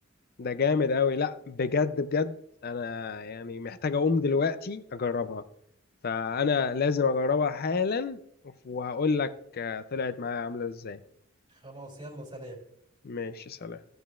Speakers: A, on the left; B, on the right.
A: ده جامد أوي لا بجد بجد أنا يعني محتاج أقوم دلوقتي أجربها فأنا لازم أجربها حالا وهقول لك آه، طلعت معايا عاملة إزاي
B: خلاص يلا سلام
A: ماشي سلام